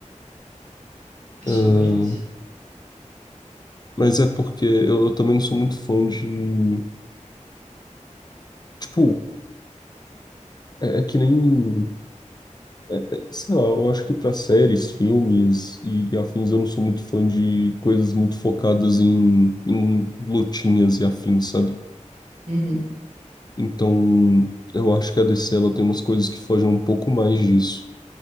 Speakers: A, on the right; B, on the left.
A: É
B: Ah,
A: sobre isso.
B: mas é porque eu, eu também não sou muito fã de. Tipo, é, é que nem. É, é, Sei lá, eu acho que para séries, filmes e, e afins, eu não sou muito fã de coisas muito focadas em, em lutinhas e afins, sabe?
A: Uhum.
B: Então, eu acho que a DC ela tem umas coisas que fogem um pouco mais disso.